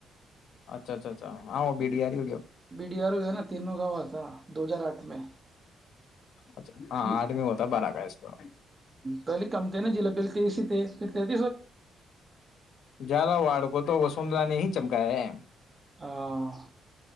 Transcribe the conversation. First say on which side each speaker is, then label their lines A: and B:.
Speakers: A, on the left (about 70°); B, on the right (about 25°).
A: اچھا اچھا اچھااں بڈیاری
B: بڈیارو ہے نا تینوں گاو تھا دو ہزار آٹھ میں
A: اچھا ہاں
B: ہ
A: آٹھویں ہوتا بارہ کا اس کو
B: پہلے کم تھے نا جل پیل تی دیش پ <unintelligible>
A: جا وڑ کوو تو وسندر نے ہی <unintelligible> چمکایا <unintelligible>
B: ہاں